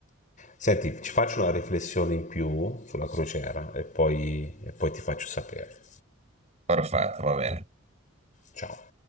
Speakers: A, on the left; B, on the right.
A: Senti, ci faccio una riflessione in più sulla crociera e poi, e poi ti faccio sapere.
B: Perfetto, va bene.
A: Ciao.